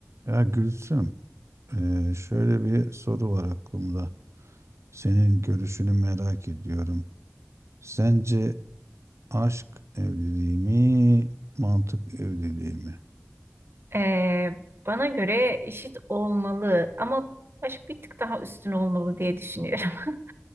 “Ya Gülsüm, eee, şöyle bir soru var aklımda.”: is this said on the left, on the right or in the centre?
Right